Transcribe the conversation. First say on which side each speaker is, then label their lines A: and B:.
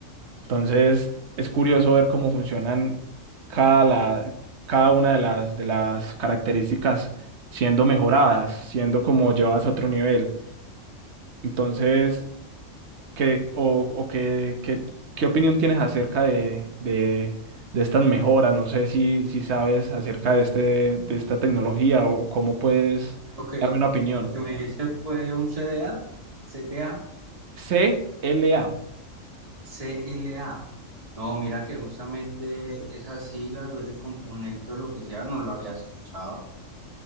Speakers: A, on the right; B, on the right.
A: Entonces, es curioso ver cómo funcionan cada, la, cada una de las, de las características siendo mejoradas, siendo como llevadas a otro nivel. Entonces, ¿qué, o, o qué, qué, qué opinión tienes acerca de, de, de estas mejoras? No sé si, si sabes acerca de, este, de esta tecnología o cómo puedes
B: Lo que,
A: darme una opinión.
B: lo que me dijiste fue un CDA, CTA.
A: c l a
B: CLA. No, mira que justamente esas siglas o ese componente o lo que sea no lo había escuchado.